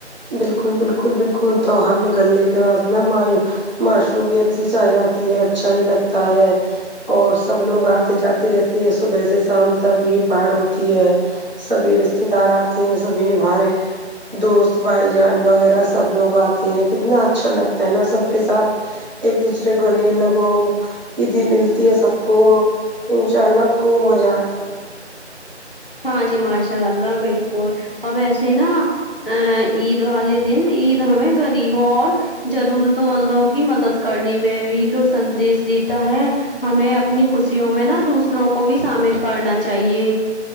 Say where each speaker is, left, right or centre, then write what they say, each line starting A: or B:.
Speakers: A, on the right; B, on the left.
A: بالکل بالکل بالکل تو ہم نے گلے کے بعد نہ مائیں معشومیت سی چھا جاتی ہے اچھا نہیں لگتا ہے اور سب لوگ آتے جاتے رہتے ہیں صبح سے شام تک بھیڑ بھاڑ ہوتی ہے سبھی رشتے دار آتے ہیں سبھی ہمارے دوست بھائی جان وغیرہ سب لوگ آتے ہیں کتنا اچھا لگتا ہے نا سب کے ساتھ ایک دوسرے گل لگو عیدی ملتی ہے سب کو انشاء اللہ خوب مزہ آتا ہے
B: ہاں جی ماشاء اللہ بالکل اب ایسے نا ا عید والے دن عید ہمیں غریب اور ضرورت مندوں کی مدد کرنے میں بھی تو سندیش دیتا ہے ہمیں اپنی خوشیوں میں نا دوسروں کو بھی شامل کرنا چاہیے